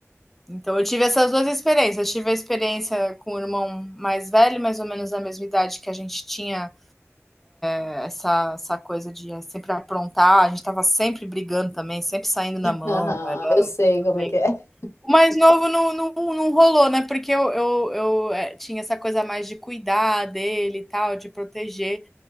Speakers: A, in the centre; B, on the left (about 60°).
A: Então eu tive essas duas experiências. Eu tive a experiência com o irmão mais velho, mais ou menos da mesma idade que a gente tinha essa, essa coisa de eh, sempre aprontar, a gente tava sempre brigando também, sempre saindo na
B: <laughs>
A: mão.
B: Aham,
A: Era
B: eu sei como
A: bem...
B: é que é.
A: O mais novo não, não, não rolou, né? Porque eu, eu, eu é, tinha essa coisa mais de cuidar dele e tal, de proteger,